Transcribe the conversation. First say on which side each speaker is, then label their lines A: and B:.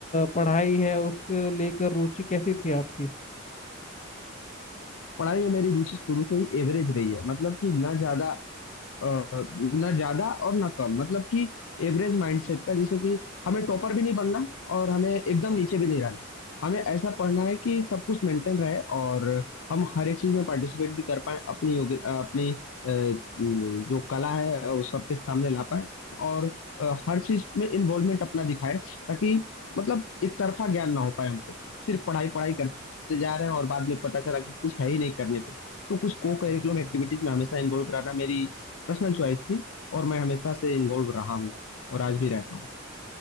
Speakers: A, on the left; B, on the left.
A: पढ़ाई है उसको लेकर रुचि कैसी थी आपकी
B: पढ़ाई में मेरी रुचि शुरू से ही एवरेज रही है मतलब कि ना ज्यादा अ, ना ज्यादा और ना कम मतलब कि एवरेज माइंडसेट का जैसे कि हमें टॉपर भी नहीं बनना और हमें एकदम नीचे भी नहीं रहना हमें ऐसा पढ़ना है कि सब कुछ मेंटेन रहे और हम हर एक चीज में पार्टिसिपेट भी कर पाए अपनी योग्य अ, अपनी अ, म, जो कला है उस सबके सामने ला पाए और अ, हर चीज में इन्वॉल्वमेंट अपना दिखाए ताकि मतलब एक तरफा ज्ञान ना हो पाए हमको सिर्फ पढ़ाई पढ़ाई करते जा रहे हैं और बाद में पता चला कि कुछ है ही नहीं करने को तो कुछ को करिकुलम एक्टिविटीज में हमेशा इन्वॉल्व रहना मेरी पर्सनल चॉइस थी और मैं हमेशा से इन्वॉल्व रहा हूँ और आज भी रहता हूँ